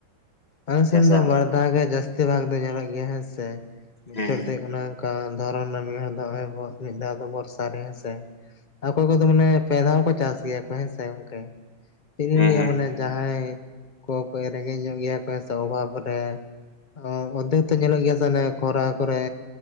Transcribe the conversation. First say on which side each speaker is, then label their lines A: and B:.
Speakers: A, on the left; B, on the left.
A: ᱟᱞᱮ ᱥᱮᱱ
B: ᱪᱟᱥᱟ
A: ᱫᱚ ᱵᱟᱨ ᱫᱷᱟᱣ ᱜᱮ ᱡᱟᱹᱥᱛᱤ ᱵᱷᱟᱜᱽ ᱫᱚ ᱧᱮᱞᱚᱜ ᱜᱮᱭᱟ ᱦᱮᱸ ᱥᱮ ᱢᱤᱫ
B: ᱦᱮᱸ
A: ᱪᱷᱚᱴ ᱫᱚ ᱦᱩᱭᱩᱜ ᱠᱟᱱᱟ ᱚᱱᱠᱟ ᱫᱷᱚᱨᱚᱱ ᱨᱮ ᱢᱤᱫ ᱦᱚᱲ ᱫᱚ ᱱᱚᱜᱼᱚᱭ ᱢᱤᱫ ᱫᱷᱟᱣ ᱫᱚ ᱵᱚᱨᱥᱟ ᱨᱮ ᱦᱮᱸᱥᱮ᱾ ᱚᱠᱚᱭ ᱠᱚᱫᱚ ᱢᱟᱱᱮ ᱯᱮ ᱫᱷᱟᱣ ᱦᱚᱸᱠᱚ ᱪᱟᱥ ᱜᱮᱭᱟ ᱠᱚ ᱦᱮᱸ ᱥᱮ ᱜᱚᱝᱠᱮ ᱪᱮᱫ ᱤᱧ
B: ᱦᱮᱸ
A: ᱞᱟᱹᱭᱟ
B: ᱦᱮᱸ
A: ᱢᱟᱱᱮ ᱡᱟᱦᱟᱸᱭ ᱠᱚ ᱨᱮᱸᱜᱮᱡ ᱧᱚᱜ ᱜᱮᱭᱟ ᱠᱚ ᱥᱮ ᱚᱵᱷᱟᱵ ᱨᱮ ᱚᱸᱻ ᱚᱨᱫᱫᱷᱮᱠ ᱛᱚ ᱧᱮᱞᱚᱜ ᱜᱮᱭᱟ ᱥᱮ ᱚᱱᱮ ᱠᱷᱚᱨᱟ ᱠᱚᱨᱮ